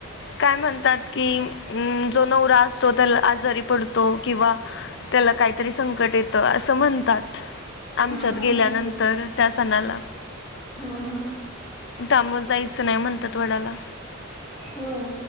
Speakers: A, on the left (about 60°); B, on the left (about 15°).
A: काय म्हणतात की जो नवरा असतो त्याला आजारी पडतो किंवा त्याला काहीतरी संकट येतं असं म्हणतात. आमच्यात
B: हा हा
A: गेल्यानंतर
B: हा.
A: त्या सणाला.
B: हा हा.
A: त्यामुळ जायचं नाही म्हणतात वडाला.
B: होय